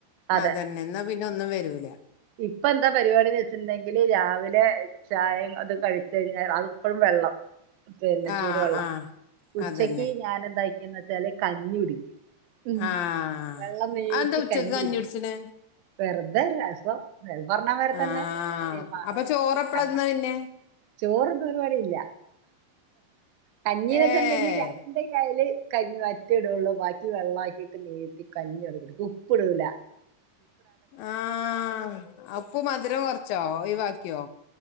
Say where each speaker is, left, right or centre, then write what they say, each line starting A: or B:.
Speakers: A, on the right (about 75°); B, on the left (about 75°).
A: അതെ
B: അതന്നെ, ന്നാ പിന്നൊന്നും വരൂല.
A: ഇപ്പൊ എന്താ പരിപാടിന്ന് വെച്ചിട്ട്ണ്ടെങ്കിൽ രാവിലെ ചായും അത് കഴിച്ച കഴിഞ്ഞാൽ അതപ്പഴും വെള്ളം പിന്നെ
B: ആഹ്
A: ചൂട് വെള്ളം
B: ആഹ്
A: ഉച്ചക്ക്
B: അതന്നെ
A: ഞാനെന്താ ന്ന് വെച്ചാല് കഞ്ഞി കുടിക്കും. ഉം
B: ആഹ്
A: വെള്ളം നീട്ടി
B: അതെന്താ ഉച്ചക്ക്
A: കഞ്ഞി പിടിക്കും
B: കുടിച്ച്ണ്
A: വെർതെരുരസ് ങ്ങളി പറഞ്ഞമാരി തന്നെ
B: ആഹ്
A: ഈമാ
B: അപ്പൊ ചോറെപ്പളാ
A: അമ്മ
B: തിന്നാ പിന്നെ
A: ചോറ്തിന്ന ഒരുപാരിപാടില്ല കഞ്ഞീന്ന് വച്ചണ്ടെങ്കിൽ
B: ഏഹ്
A: രണ്ട് കയ്ല് കഞ്ഞ വറ്റ്ടുള്ളൂ ബാക്കി വെള്ളാക്കിട്ട് നീട്ടി കഞ്യൻട് കുടിക്കും. ഉപ്പ്ടൂല.
B: ആഹ അപ്പോ മധുരം കൊർച്ചോ ഒഴിവാക്കിയോ?